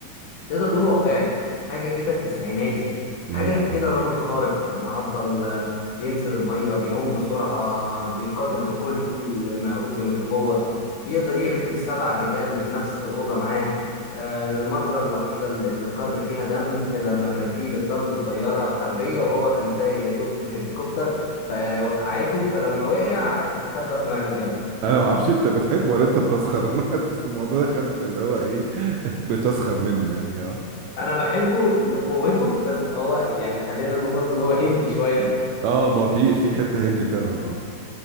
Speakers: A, on the left; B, on the right.
A: تقدر تقول واقعي حاجة كده تسعيناتي
B: اه
A: حاجة
B: آه.
A: كده رجل خارق معضل آه، بينزل المية بيعوم بسرعة بيقاتل بكل ما أوتي من قوة يقدر يغلب سبع رجال في نفس الأوضة معاه آه، المرة الوحيدة اللي اللي خر فيها دم لما كان فيه بتطارده طيارة حربية وهو كان سايق يا دوب هليكوبتر فوقعته فلما وقع استخبى في منجم
B: انا ما اعرفش انت بتحبه ولا انت بتسخر <laughs> انا حاسس الموضوع ده خلف اللي هو ايه <laughs> بتسخر منه يعني اه
A: أنا بحبه لقوته بس هو يعني خلينا نقول برضه إن هو هندي شوية
B: اه ما في في حته هندي فعلا اه